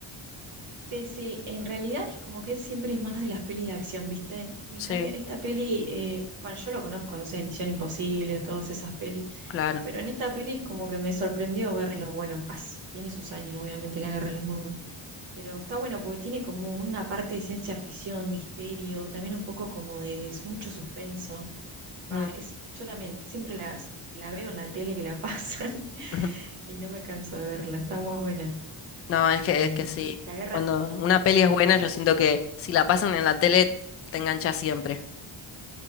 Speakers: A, on the right; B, on the left.
A: Sí, sí, en realidad es como que él siempre es más de las pelis de acción, ¿viste? Y en
B: Sí,
A: cambio, esta peli, eh, bueno, yo lo conozco, no sé, Misión Imposible, todas esas pelis,
B: claro.
A: pero en esta peli es como que me sorprendió verlo. Bueno, as- tiene sus años, obviamente, la Guerra de los Mundos, pero está bueno porque tiene como una parte de ciencia ficción, misterio, también un poco como de s- mucho suspenso. Va,
B: Mm.
A: es, yo también siempre las, la veo en la tele que la pasan <laughs>
B: <laughs>
A: y no me canso de verla, está muy buena.
B: No, es
A: Em,
B: que, es que sí.
A: la guerra,
B: Cuando una peli
A: sí.
B: es buena, yo siento que si la pasan en la tele, te engancha siempre.